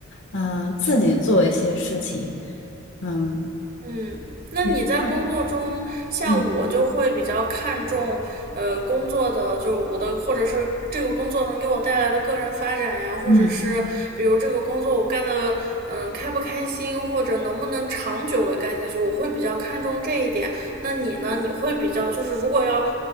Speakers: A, on the left; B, on the right.
A: 嗯、自己做一些事情。嗯，
B: 嗯，那你在工作中，
A: 对，看，
B: 像我就会比较看重，
A: 嗯
B: 呃，工作的就是我的，或者是这个工作能给我带来的个人发展呀，或者是比如这个工作我干的，
A: 嗯，
B: 嗯，开不开心，或者能不能长久的干下去，我会比较看重这一点。那你呢？你会比较就是如果要